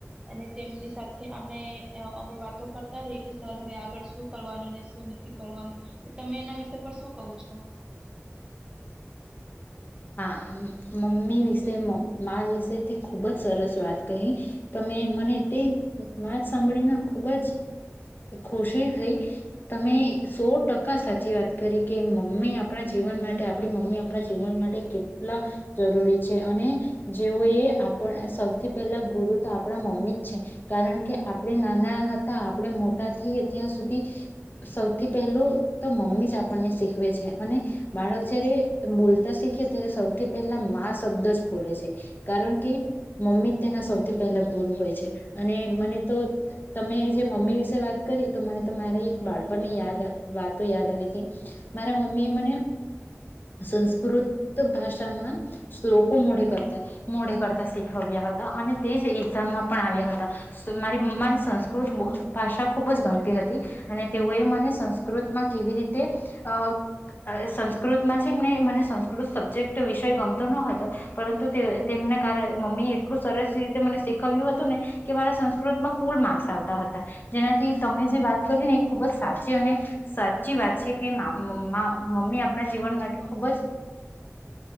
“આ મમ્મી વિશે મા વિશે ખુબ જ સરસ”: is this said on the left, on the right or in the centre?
Left